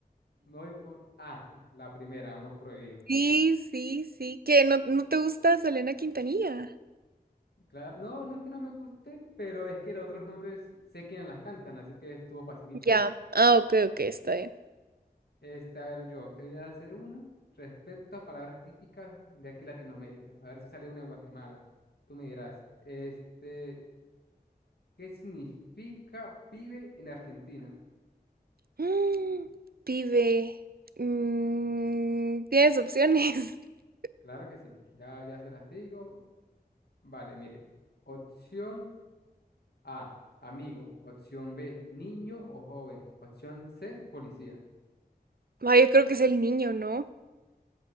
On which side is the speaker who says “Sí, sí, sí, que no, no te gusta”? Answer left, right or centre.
Right